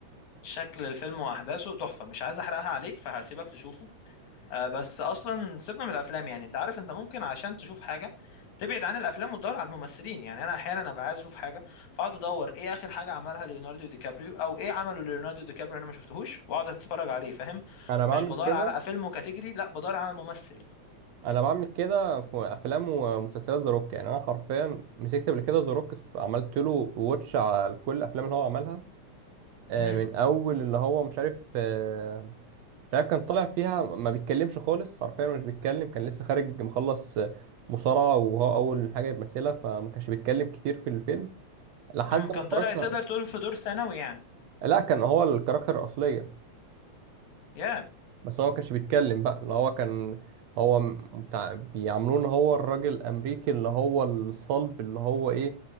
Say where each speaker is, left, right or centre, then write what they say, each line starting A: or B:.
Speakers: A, on the left; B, on the right.
A: شكل الفيلم واحداثه تحفة مش عايز احرقها عليك فهسيبك تشوفه آه، بس اصلا سيبنا من الافلام يعني انت عارف انت ممكن عشان تشوف حاجه تبعد عن الافلام وتدور على الممثلين يعني انا احيانا ابقى عايز اشوف حاجه فاقعد ادور ايه اخر حاجه عملها ليوناردو دي كابريو او ايه عمله ليوناردو دي كابريو انا ما شفتهوش واقعد اتفرج عليه فاهم
B: انا بعمل
A: مش بدور
B: كده
A: على فيلم كاتيجري لا بدور على ممثل
B: انا بعمل كده في افلام ومسلسلات ذا روك يعني انا حرفيا مسكت قبل كده ذا روك عملت له واتش على كل الافلام اللي هو عملها آه،
A: امم
B: من اول اللي هو مش عارف آه، مش عارف كان طالع فيها ما بيتكلمش خالص حرفيا مش بيتكلم كان لسه خارج مخلص آه، مصارعة وهو اول حاجة يمثلها فما كانش بيتكلم كتير في الفيلم لحد
A: امم كان
B: ما اتفرجت
A: طالع تقدر تقول في دور ثانوي يعني
B: لا كان هو الكاركتر الاصلية
A: يا
B: بس هو ما كانش بيتكلم بقى اللي هو كان هو م- بتاع بيعاملوه ان هو الراجل الامريكي اللي هو الصلب اللي هو ايه